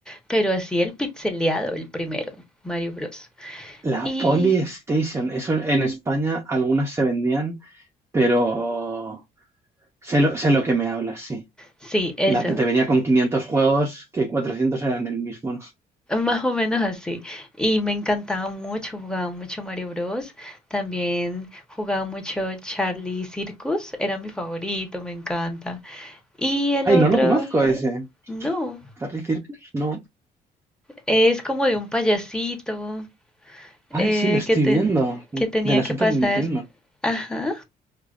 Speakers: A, in the centre; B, on the right.
A: pero así el pixeleado, el primero, Mario Bros.
B: La
A: Y
B: Polystation, eso en España algunas se vendían, pero sé lo, sé lo que me hablas, sí.
A: sí, eso,
B: La que te venía con 500 juegos, que 400 eran el mismo, ¿no?
A: Más o menos así. Y me encantaba mucho, jugaba mucho Mario Bros. También jugaba mucho Charlie Circus, era mi favorito, me encanta. Y el
B: Ay,
A: otro,
B: no lo conozco ese.
A: no,
B: Harry Circus, no.
A: es como de un payasito
B: Ay,
A: eh,
B: sí, lo estoy
A: que, ten-
B: viendo. De
A: que tenía
B: la
A: que
B: Super
A: pasar.
B: Nintendo.
A: Ajá.